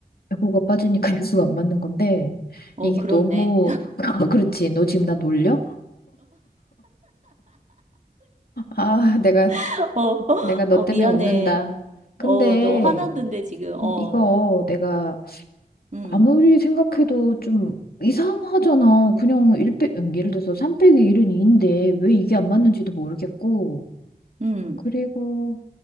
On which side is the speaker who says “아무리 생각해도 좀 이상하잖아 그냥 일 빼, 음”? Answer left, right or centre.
Left